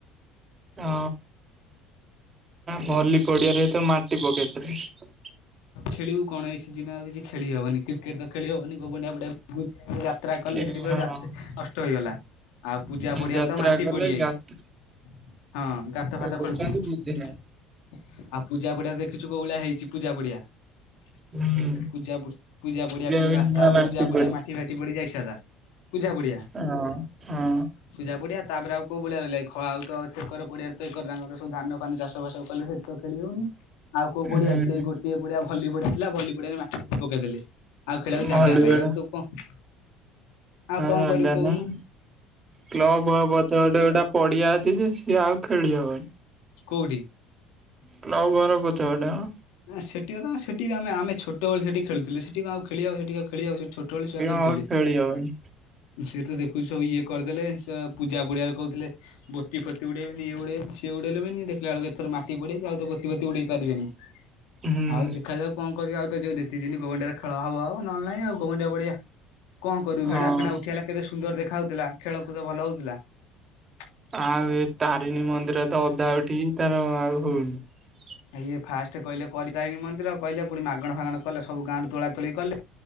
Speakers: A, on the right (about 25°); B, on the left (about 80°).
A: ହଁ
B: ଆଉ
A: ଭଲି ପଡିଆରେ ତ ମାଟି ପକେଇଥିଲ ।
B: ଖେଳିବୁ କଣ ଏଇ ସିଜିନରେ ଆଉ କିଛି ଖେଳି ହବନି କ୍ରିକେଟ ତ ଖେଳି ହଉନି ଗୋବରଡିଆ ପଡିଆ ଯାତ୍ରା କଲେ
A: କି
B: ସେଠି ପୁରା
A: ହଁ
B: ଯା ନଷ୍ଟ ହେଇଗଲା । ଆଉ ପୂଜା ପଡିବାରେ
A: ଯାତ୍ରା
B: ତ ମାଟି
A: କଲେ
B: ପଡିଯାଇଛି
A: ଗାତ
B: । ହଁ ଗାତ ଫାତ
A: କରୁଛନ୍ତି
B: ଖୋଲି
A: ବୁଝିନାହାନ୍ତି।
B: ଆଉ ପୂଜା ପଡିଆ ଦେଖିଛୁ କୋଉ ଭଳିଆ ହେଇଛି ପୂଜା ପଡିଆ ।
A: ହୁଁ।
B: ପୂଜା ପୂଜା ପଡିଆ କହିଲେ
A: ବି
B: ରାସ୍ତା
A: ନୂଆ ମାଟି
B: ପୂଜା ପଡିଆ
A: ପଡି
B: ମାଟିଫାଟି ପଡିି ଯାଇଛାତା । ପୂଜା ପଡିଆ
A: ହଁ ହଁ
B: ପୂଜା ପଡିଆ ତାପରେ ଆଉ କୋଉ ଭଳିଆ ର ଲାଗେ ଖ ଆଉ ତ ସେକର ପଡିଆ ତ ଏକର ତାଙ୍କର ସବୁ ଧାନଫାନ ଚାଷଫାଶ କଲେ ସେଠିତ ଖେଳି ହଉନି । ଆଉ କୋଉ ପଡିଆ
A: ହୁଁ
B: ଅଛି ସେଇ ଗୋଏ ପଡିଆ ଭଲି ପଡିଆ ଥିଲା ଭଲି ପଡିଆରେ ମାଟିବାଟି ପକେଇଦେଲେ । ଆଉ ଖେଳିବାକୁ ଜାଗା
A: ଭଲ
B: ନାହିଁ
A: ବେଳ
B: ଆଉ ତୁ କଣ ଆଉ କଣ
A: ଜାଗା
B: କରିବୁ କହୁନୁ
A: ନାହିଁ।
B: ।
A: କ୍ଲବ ପଛ ଗଟେ ଗୋଟା ପଡିଆ ଅଛି ଯେ ସିଏ ଆଉ ଖେଳି ହବନି ।
B: କୋଉଠି?
A: କ୍ଲବଘର ପଛପଟେ ମ
B: ସେଠି ତ କଣ ସେଠି ବି ଆେ ଆମେ ଛୋଟ ଭଳି ସେଠି ଖେଳୁଥିଲେ ସେଠି କ ଆଉ ଖେଳିବାକୁ ସେଠି ଖେଳିବାକୁ ସେଠି ଛୋଟବେଳେ ଛୁଆ ଖେଳୁଥିଲେ
A: ଆଉ ଖେଳି ହବନି
B: ସେ ଦେ ସବ ଏ କରିଦଲେ ପୂଜା ପୁଡିଆରେ କହୁଥିଲେ, ବୋତିଫୋତି ଉଡେଇବଇଏ ଉଡେଇ ସିଏ ଉଡେଇଲେ ବି ଦେଖିଲା ବେଲୁକୁ ଏଥ ମାଟି ପଡ଼ାଇଛି ଆଉ ତ ବୋତିଫୋତି ଉଡ଼ାଇ ପାରିବେନି ।
A: ହୁଁ।
B: ଆଉ ଦେଖାଯାଉ କଣ କରିବା ଆଉ ତ ଯଉତିି ଦିନ ଗୋବଡିଆରେ ଖେଳ ହବ ହବଉ ନହେଲେ ନାଇଁ ଆଉ ଗୋବଡିା ପଡିଆ କଣ କରିବୁ ବେଣାଫେଣା
A: ହଁ
B: ଉଠିଲା କେତେ ସୁନ୍ଦର ଦେଖା ହଉଥିଲା। ଖେଳକୁଦ ଭଲ ହଉଥିଲା ।
A: ଆଉ ଏ ତାରିଣୀ ମନ୍ଦିର ତ ଅଧା ଉଠିକ ତାର ଆଉ ହଉନି ।
B: ଇଏ ଫାଷ୍ଟ କହିଲେ କରିପାରିନି ମନ୍ଦିର କହିଲେ ପୁଣି ମାଗଣା ଫାଗଣ କଲେ ସବୁ ଗାଁରୁ ତୋଳାତୋଳି କଲେ